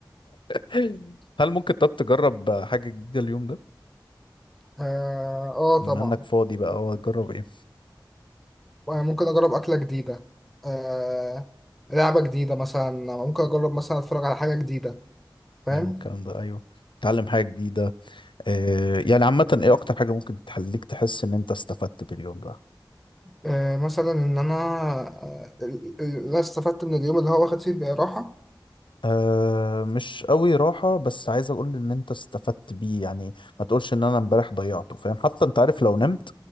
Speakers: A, on the left (about 85°); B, in the centre.
A: <laughs> هل ممكن طب تجرب حاجه جديده اليوم ده
B: اه آه،
A: بما
B: طبعا
A: انك فاضي بقى اه تجرب ايه
B: ممكن أجرب أكلة جديدة آه لعبة جديدة مثلا ممكن أجرب مثلا أتفرج على حاجة جديدة فاهم
A: حلو الكلام ده ايوه تتعلم حاجه جديده آه، يعني عامة ايه اكتر حاجة ممكن تخليك تحس ان انت استفدت باليوم ده
B: آه مثلا إن أنا آه، ال- ال- لا استفدت من اليوم اللي هو واخد فيه راحة
A: أه مش قوي راحة بس عايز اقول ان انت استفدت بيه يعني ما تقولش ان انا امبارح ضيعته فاهم حتى انت عارف لو نمت